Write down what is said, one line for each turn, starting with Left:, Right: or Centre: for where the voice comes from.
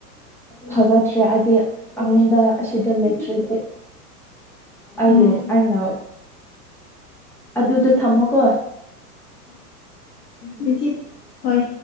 Centre: ꯐꯖꯗ꯭ꯔꯦ ꯍꯥꯏꯗꯤ ꯑꯩꯉꯣꯟꯗ ꯑꯁꯤꯗ ꯂꯩꯇ꯭ꯔꯥꯗꯤ ꯑꯩꯒꯤ
Left: ꯎꯝ
Centre: ꯑꯩꯅ ꯑꯗꯨꯗꯣ ꯊꯝꯃꯣꯀꯣ
Left: ꯅ ꯍꯣꯏ